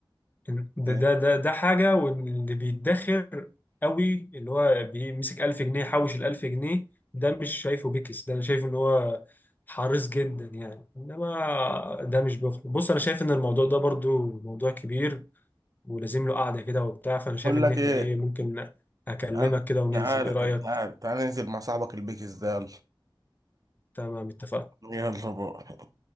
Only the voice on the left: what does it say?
ده
ده ده ده حاجة واللي بيدخر قوي اللي هو بيمسك 1000 جنيه حوش ال 1000 جنيه ده مش شايفه بيكس ده انا شايف ان هو حريص جدا يعني انما ده مش بخل بص انا شايف ان الموضوع ده برضو موضوع كبير ولازم له قعدة كده وبتاع فانا شايف
ان
احنا
ايه ممكن اكلمك
كده وننزل
ايه رأيك
تمام اتفقنا